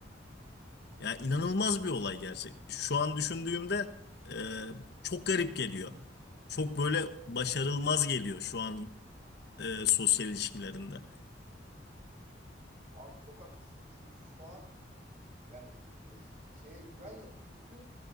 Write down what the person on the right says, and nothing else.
abi çok haklısın. Çünkü şu an yani <laughs> şeye güven yok. Çünkü